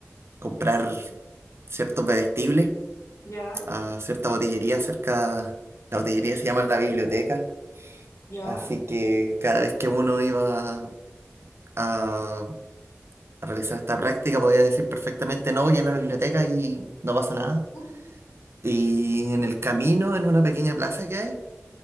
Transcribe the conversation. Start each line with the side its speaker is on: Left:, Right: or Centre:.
Right: comprar ciertos bebestibles
Left: Ya, ya,
Right: a cierta botillería cerca. La botillería se llama La Biblioteca,
Left: ya,
Right: así que cada vez que uno iba a realizar esta práctica, podía decir perfectamente, no voy a la biblioteca y no pasa nada.
Left: ujú,
Right: Y en el camino, en una pequeña plaza que hay,